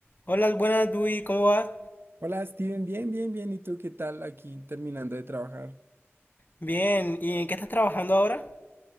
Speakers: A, on the left; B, on the right.
A: Hola, buenas, Dui, ¿cómo vas?
B: Hola Steven, bien, bien, bien. ¿Y tú qué tal aquí terminando de trabajar?
A: Bien, ¿y en qué estás trabajando ahora?